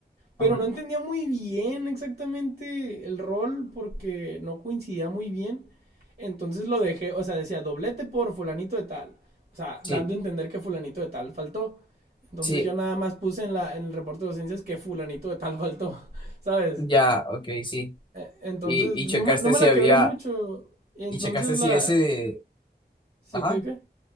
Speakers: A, on the right; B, on the left.
A: Pero
B: Ajá.
A: no entendía muy bien exactamente el rol porque no coincidía muy bien. Entonces lo dejé, o sea, decía doblete por fulanito de tal. O sea,
B: Sí,
A: dando a entender que fulanito de tal faltó. Entonces
B: sí,
A: yo nada más puse en, la, en el reporte de docencias que fulanito de tal faltó, <laughs> ¿sabes?
B: ya, ok, sí.
A: E- Entonces,
B: Y,
A: pues
B: y checaste
A: no me, no me
B: si
A: la
B: había,
A: quebré mucho. Y entonces
B: y checaste
A: la...
B: si ese,
A: ¿Sí
B: ajá.
A: qué qué?